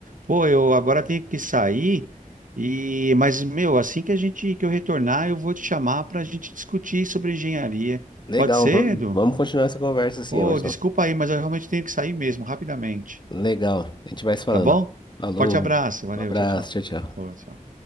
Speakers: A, on the right; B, on the left.
A: pô, eu agora tenho que sair e, mas meu, assim que a gente que eu retornar, eu vou te chamar para a gente discutir sobre engenharia.
B: legal,
A: Pode ser,
B: vamos,
A: Edu?
B: vamos continuar essa conversa assim,
A: Ô,
B: Emerson.
A: desculpa aí, mas eu realmente tenho que sair mesmo, rapidamente.
B: Legal. A gente vai se falando.
A: Tá bom?
B: Falou.
A: Forte abraço, valeu,
B: Um abraço.
A: tchau, tchau.
B: Tchau, tchau.
A: Ô, tchau.